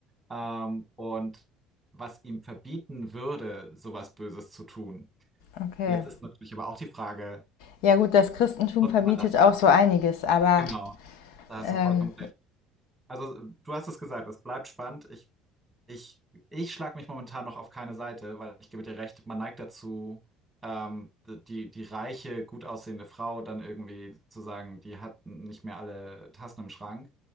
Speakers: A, in the centre; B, on the left.
A: Ähm, und was ihm verbieten würde, sowas Böses zu tun.
B: okay.
A: Jetzt ist natürlich aber auch die Frage,
B: Ja gut, das Christentum
A: macht
B: verbietet
A: man das
B: auch
A: aus?
B: so einiges, aber
A: Genau, da hast
B: ähm,
A: du vollkommen recht. Also, du hast es gesagt, es bleibt spannend. Ich Ich, ich schlage mich momentan noch auf keine Seite, weil ich gebe dir recht, man neigt dazu, ähm, die, die reiche, gut aussehende Frau dann irgendwie zu sagen, die hat nicht mehr alle Tassen im Schrank.